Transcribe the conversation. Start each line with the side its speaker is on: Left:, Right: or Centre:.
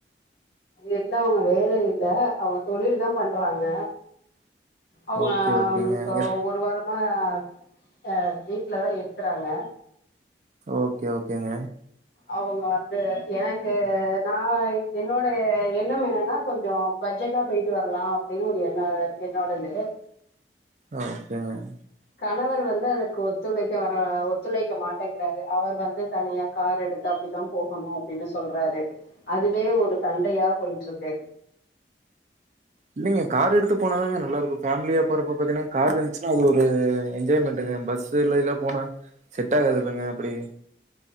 Left: எல்லா அவங்க வேல இல்ல அவங்க தொழில் தா பண்றாங்க அவ்ங்க
Right: ஓகே ஓகேங்க
Left: இப்போ
Right: எ
Left: ஒரு வாரமா அ வீட்லதா இருக்குறாங்க
Right: ஓகே ஓகேங்க
Left: அவ்ங்க வந்து என கு நா என்னோட எண்ணம் என்னன்னா கொஞ்சோ பட்ஜெட்டா போயிட்டு வரலா அப்டின்னு ஒரு என்ன என்னோடது
Right: ஓகேங்க
Left: கணவர் வந்து அதற்கு ஒ துழைக்க வர ஒத்துழைக்க மாட்டேங்கிறாரு அவர் வந்து தனியா கார் எடுத்து அப்டித்தா போகணு அப்டின்னு சொல்ல சொல்றாரு அதுவே ஒரு சண்டையா போயட்டு இருக்கு
Right: இல்லங்க கார் எடுத்து போனாதாங்க நல்லா இருக்கு ஃபம்லியா போறப்ப பாத்தீங்கன்னா கார் இருந்துச்சுன்னா அது ஒரு என்ஜாய்மெண்ட்ங்க பஸ்ஸு இல்ல எல்லா போனா செட் ஆகாது இல்லங்க அப்புடி